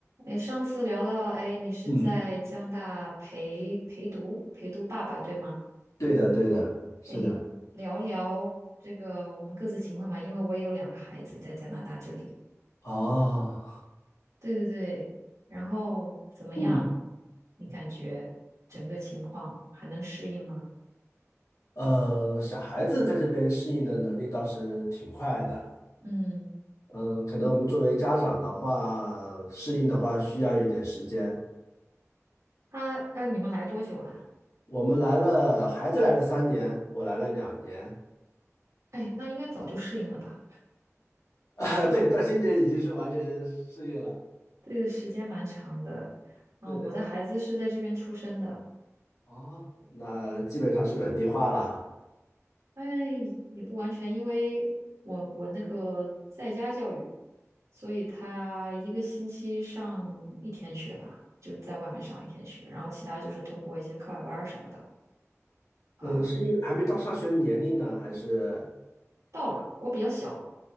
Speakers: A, on the right; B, on the left.
A: 哎，上次聊到，哎，你是在加拿大陪陪读陪读爸爸，
B: 嗯，
A: 对吗？
B: 对的，对的，是的。
A: 哎，聊聊这个我们各自情况吧，因为我也有两个孩子在加拿大这里。
B: 哦，
A: 对对对，然后怎么样？
B: 嗯，
A: 你感觉整个情况还能适应吗？
B: 呃，小孩子在这边适应的能力倒是挺快的。
A: 嗯，
B: 嗯，可能我们作为家长的话，适应的话需要一点时间。
A: 啊啊，你们来多久啦？
B: 我们来了，孩子来了三年，我来了两年。
A: 哎，那应该早就适应了吧？
B: <laughs> 啊，对，到今年已经是完全适应了。
A: 对，时间蛮长的。嗯，
B: 对对对。
A: 我的孩子是在这边出生的，
B: 哦，那基本上是本地化了。
A: 哎，也不完全，因为我我那个在家教育，所以他一个星期上一天学吧，就是在外面上一天学，然后其他就是通过一些课外班儿什么的啊、
B: 嗯，是因为还没到上学的年龄呢，还是？
A: 到了，我比较小，